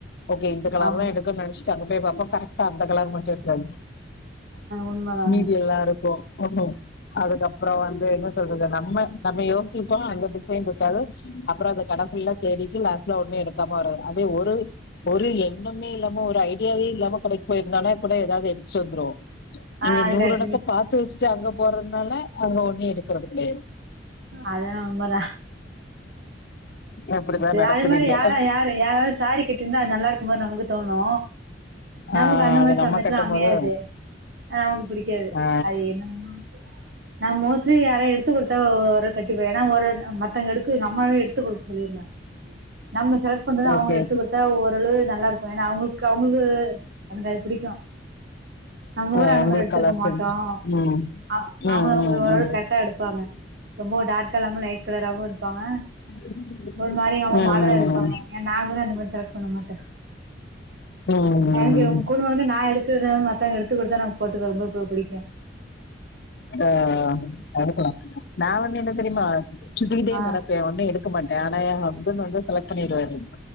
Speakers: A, on the left; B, on the right.
A: ஓகே இந்த கலர்தா
B: ஆமா
A: எடுக்குன் நென்ச்ட்டு அங்கப் போய் பாத்தோ கரெக்ட்டா அந்த கலர் மட்டு இருக்காது
B: உண்மதா
A: மீதி எல்லா இருக்கு ஒன்னும் அதுக்கப் ப்றோ வந்து என்ன சொல்றது நம்ம நம்ம யோசிப்போ அந்த டிசைன்ருக்காது அப்றோ அது கட ஃபுல்லா தேடிட்டு லாஸ்ட்ல ஒன்னு எடுக்காம வறது அதே ஒரு ஒரு எண்ணுமே இல்லம் மோ ஒரு ஐடியாவே இல்லாம கடைக் போய்ருந்தோனா கூட ஏதாவ்து எடுத்துட்டு வந்துருவோ
B: ஆ
A: இங்க
B: அது
A: நூறு
B: கரெக்ட்
A: எடத்த
B: நீங்க சொ
A: பாத்து வச்சுட்டு அங்க போறதுனால அங்க ஒன்னு எடுக்கறது கெடையாது
B: அதலா உண்மதா
A: அப்டிதா
B: சே
A: நடக்குது
B: அதே மாரி
A: இங்க
B: யாரா யாரு யாராது சாரீ கட்டிருந்தா அது நல்லாருக்குமான் நமக்கு தோணு நமக்கு
A: ஆ
B: அந்த
A: அது
B: மாரி
A: நம்ம
B: சமயத்துல
A: கட்டும்
B: அமையாது
A: போது
B: நமக்கு பிடிக்காது
A: ஆ
B: அது என்னமா நா மோஸ்லி யாரா எடுத்து குடுத்தா ஒ ஒரு கட்டிப்பே ஏனா ஒருன் அ மத்தவங்க எடுக்கு எங்கம்மாவே எடுத்து குடுக் சொல்லிருந்த நம்ம செலக்ட் பண்ற அவுங்க
A: ஓகே
B: எடுத்து
A: ஓகே
B: குடுத்தா ஓரளவு நல்லாருக் கு ஏனா அவுங்குள்க்கு அவுங்குளு எனக்கு அது புடிக்கு நம்ம ஊர
A: ஆ
B: அந்த
A: உங்களுக்கு
B: மாதிரி எடுத்திருக்க
A: கலர்
B: மாட்டோ
A: சென்ஸ் ம்
B: அ
A: ம்
B: அவுங்கள அவுங்க
A: ம்
B: ஓரளவு
A: ம்
B: கரட்டா எடுப் ப்பாங்க ரொம்போ டார்க்கா இல்லாம லைட் கலராவு இருப்பாங்க
A: <inaudible>
B: ஒரு மாரி எங்கம்மா
A: ம்
B: மாடலா எடுப்பாங்க
A: ம்
B: ஏ நாங்கூட அந்த மாரி செலக்ட் பண்ண மாட்ட
A: ம்
B: எனக்கு ரொம் குடும்ப வந்து நா எடுக்கரத மத்தவங்க எடுத்து குடுத்தா எனக்கு போட்டுக்க ரொம்ப பு புடிக்கு
A: ஆ அதுக்குலா நா வந்து என்னத் தெரிமா சுத்திட்டே
B: ஆ
A: நெடப்பே ஒன்னு எடுக்க மாட் ஏனா எ ஹஸ்பண்ட் வந்து செலக்ட் பண்ணிருவாரு